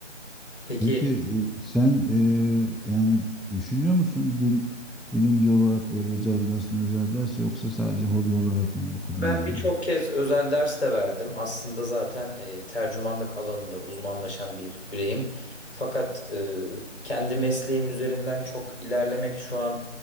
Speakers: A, on the left (about 60°); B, in the centre.
A: Peki
B: Peki e, sen e, yani düşünüyor musun dil bilimci olarak böyle özel ders mi özel ders yoksa sadece hobi olarak mı okudun
A: Ben
B: yani?
A: birçok kez özel ders de verdim. Aslında zaten e, tercümanlık alanında uzmanlaşan bir bireyim. Fakat e, kendi mesleğim üzerinden çok ilerlemek şu an